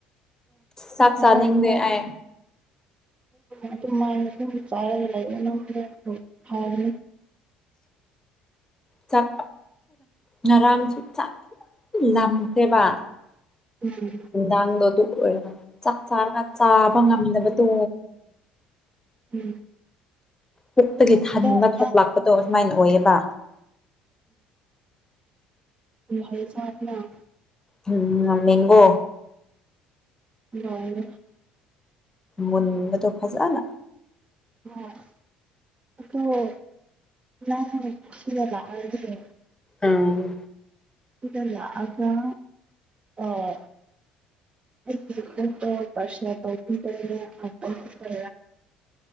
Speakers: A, on the left; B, on the right.
A: ꯆꯥꯛ
B: ꯍ
A: ꯆꯥꯅꯤꯡꯗꯦ ꯑꯩ
B: ꯑꯗꯨ ꯃꯥꯏ ꯆꯥꯏꯔꯒ ꯂꯩꯕ ꯅ ꯊꯥꯕꯅꯤ
A: ꯆꯥꯛ ꯉꯔꯥꯡꯁꯨ ꯆꯥꯛ ꯂꯈꯦꯕ
B: ꯎꯝ
A: ꯅꯨꯡꯗꯥꯡꯗꯣ ꯑꯗꯨ ꯑꯣꯏꯔꯒ ꯆꯥꯛ ꯆꯥꯔꯒ ꯆꯥꯕ ꯉꯝꯗꯕꯗꯣ
B: ꯎꯝ
A: ꯀꯛꯇꯒꯤ ꯊꯟꯕ
B: ꯎꯝ
A: ꯊꯣꯛꯂꯛꯄꯗꯣ ꯑꯁꯨꯃꯥꯏꯅ ꯑꯣꯏꯌꯦꯕ
B: ꯎꯝ ꯁꯥꯅ
A: ꯎꯝ ꯃꯒꯣ
B: ꯑꯣ
A: ꯃꯨꯟꯕꯗꯣ ꯐꯖꯅ
B: ꯑꯣ ꯑꯣꯁꯤ ꯂꯥꯛꯗꯤ
A: ꯑꯥ
B: ꯗ ꯑꯗ ꯑ ꯄꯔꯁ ꯄꯊ ꯀ ꯑꯊ ꯇ